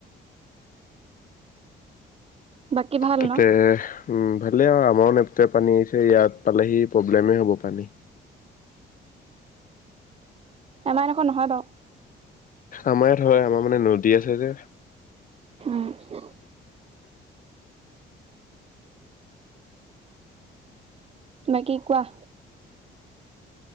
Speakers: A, on the right; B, on the left.
A: বাকী ভাল
B: ততে
A: ন
B: উম। ভালে আৰু আমাৰো নেপকে পানী আহছে ইয়াত পালেহি প্ৰব্লেমে হ'ব পানী।
A: এবাৰ এনেকুৱা নহয় বাও।
B: আমাৰ ইয়াত হয় আমাৰ মানে নদী আছে যে।
A: <unintelligible> বাকী কোৱা।